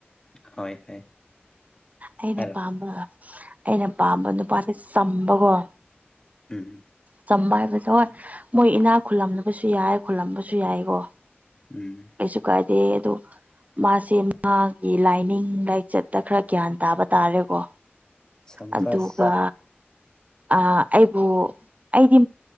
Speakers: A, on the left (about 15°); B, on the right (about 35°).
A: ꯍꯣꯏ ꯍꯣꯏ
B: ꯑꯩꯅ
A: ꯍꯥꯏꯔꯣ
B: ꯄꯥꯝꯕ ꯑꯩꯅ ꯄꯥꯝꯕ ꯅꯨꯄꯥꯁꯦ ꯆꯝꯕꯀꯣ
A: ꯎꯝ
B: ꯆꯝꯕ ꯍꯥꯏꯕꯗꯣ ꯍꯣꯏ ꯃꯣꯏ ꯏꯅꯥꯛ ꯈꯨꯜꯂꯝꯕꯁꯨ ꯌꯥꯏ ꯈꯨꯜꯂꯝꯕꯁꯨ ꯌꯥꯏꯀꯣ
A: ꯎꯝ
B: ꯀꯩꯁꯨ ꯀꯥꯏꯗꯦ ꯑꯗꯣ ꯃꯥꯁꯦ ꯃꯥꯒꯤ ꯂꯥꯏꯅꯤꯡ ꯂꯥꯏꯆꯠꯇ ꯈꯔ ꯒ꯭ꯌꯥꯟ ꯇꯥꯕ ꯇꯥꯔꯦꯀꯣ
A: ꯁꯝꯕꯥꯁ
B: ꯑꯗꯨꯒ ꯑꯩꯕꯨ ꯑꯩꯗꯤ